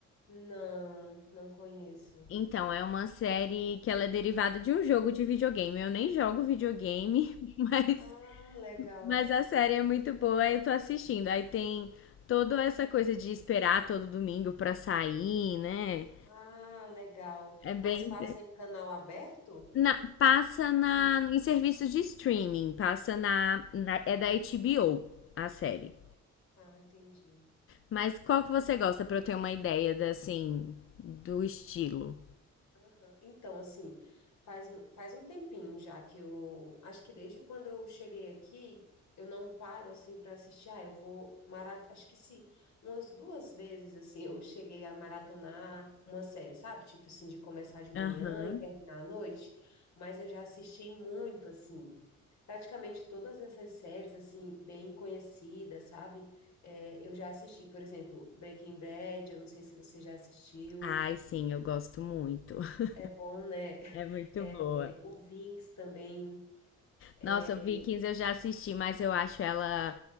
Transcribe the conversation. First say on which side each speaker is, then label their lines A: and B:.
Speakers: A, on the left; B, on the left.
A: Não, não conheço.
B: Então, é uma série que ela é derivada de um jogo de videogame. Eu nem jogo videogame, <laughs> mas,
A: Ah, legal.
B: mas a série é muito boa, aí eu tô assistindo. Aí tem toda essa coisa de esperar todo domingo pra sair, né?
A: Ah, legal.
B: É bem.
A: Mas passa em canal aberto?
B: Na- passa na, em serviços de streaming, passa na, na- é da HBO a série.
A: Tá, entendi.
B: Mas qual que você gosta pra eu ter uma ideia da, assim, do estilo?
A: Aham. Então, assim, faz, um- faz um tempinho já que eu. Acho que desde quando eu cheguei aqui, eu não paro, assim, para assistir. Ah, eu vou maratonar. Acho que se umas duas vezes, assim, eu cheguei a maratonar uma série, sabe? Tipo assim, de começar de manhã
B: Aham.
A: e terminar à noite. Mas eu já assisti muito, assim. Praticamente todas essas séries, assim, bem conhecidas, sabe? É, eu já assisti, por exemplo, Breaking Bad, eu não sei se você já assistiu.
B: Ai, sim, eu gosto muito. <laughs>
A: É bom, né?
B: É muito
A: é,
B: boa.
A: é, o Vinx também. É,
B: Nossa, Vikings eu já assisti, mas eu acho ela